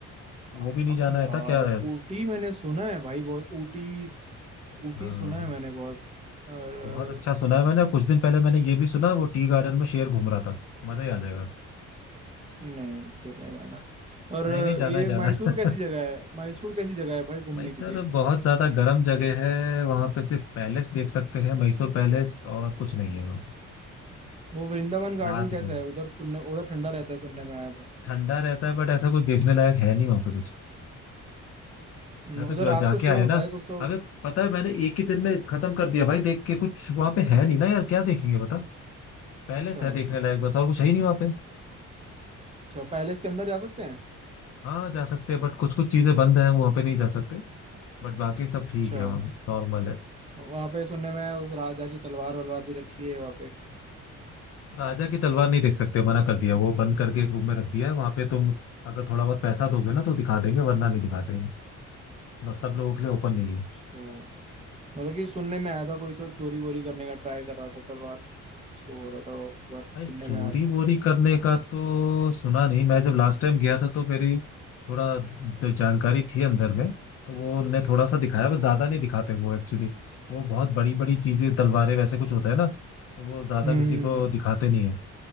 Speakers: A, on the left (about 50°); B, on the right (about 20°).
A: वो
B: हाँ
A: भी नहीं जाना
B: यार
A: है था क्या है
B: ऊटी मैंने सुना है भाई बहुत ऊटी ऊटी
A: हाँ
B: सुना है मैंने बहुत और अ,
A: बहुत अच्छा सुना है मैंने कुछ दिन पहले मैंने ये भी सुना वो टी गार्डन में शेर घूम रहा था मजा ही आ जाएगा
B: नहीं फिर नहीं जाना और
A: नहीं
B: अ,
A: नहीं जाना
B: ये
A: है जाना
B: मैसूर कैसी
A: है
B: जगह है मैसूर कैसी जगह है
A: <laughs>
B: भाई घूमने
A: मैसूर
B: के लिए
A: बहुत ज्यादा गर्म जगह है वहां पे सिर्फ पैलेस देख सकते हैं मैसूर पैलेस और कुछ नहीं है वहां पे
B: वो वृंदावन गार्डन
A: रात
B: कैसा
A: में
B: है उधर सुनने उधर ठंडा रहता है सुनने में आया वो
A: ठंडा रहता है बट ऐसा कुछ देखने लायक है नहीं वहां पे कुछ
B: हम्म,
A: मैं
B: उधर
A: तो जो
B: रात
A: जाके
B: को शो
A: आया
B: होता
A: ना
B: है कुछ तो
A: हमें पता है मैंने एक ही दिन में खत्म कर दिया भाई देख के कुछ वहां पे है नहीं ना यार क्या देखेंगे बता पैलेस
B: अच्छा
A: है देखने लायक बस और कुछ है ही नहीं वहां पे
B: अच्छा पैलेस के अंदर जा सकते हैं
A: हाँ जा सकते हैं बट कुछ कुछ चीजें बंद हैं वहां पे नहीं जा सकते बट बाकी सब ठीक
B: अच्छा
A: है वहाँ पे, नॉर्मल है
B: वहाँ पे सुनने में आया उस राजा की तलवार वलवार भी रखी है वहाँ पे
A: राजा की तलवार नहीं देख सकते मना कर दिया वो बंद करके एक रूम में रख दिया है वहां पे तुम अगर थोड़ा बहुत पैसा दोगे ना तो दिखा देंगे वरना नहीं दिखाते हैं। मतलब सब लोगों के लिए ओपन नहीं
B: अच्छा
A: है
B: मतलब कि सुनने में आया था कोई तो चोरी वोरी करने का ट्राई कर रहा था तलवार को ऐसा कुछ तो हो रहा था वो एक बार
A: भाई
B: सुनने
A: चोरी
B: में आया था
A: वोरी करने का तो सुना नहीं मैं जब लास्ट टाइम गया था तो मेरी थोड़ा द- जानकारी थी अंदर में तो वो उनने थोड़ा सा दिखाया बस ज्यादा नहीं दिखाते वो एक्चुअली वो बहुत बड़ी बड़ी चीजें तलवारें वैसे कुछ होता है ना तो वो ज्यादा
B: हम्म
A: किसी को दिखाते नहीं है